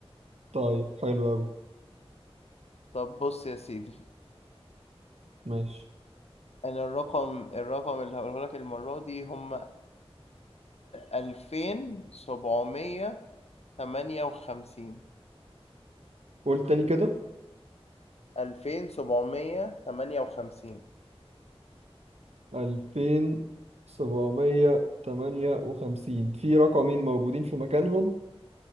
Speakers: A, on the right; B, on the left.
A: طيب حلو أوي
B: طب بص يا سيدي
A: ماشي
B: انا الرقم الرقم اللي هقوله لك المرة دي هم ألفين سبعمية تمانية وخمسين
A: قول تاني كده
B: ألفين سبعمية تمانية وخمسين
A: ألفين سبعمية تمانية وخمسين في رقمين موجودين في مكانهم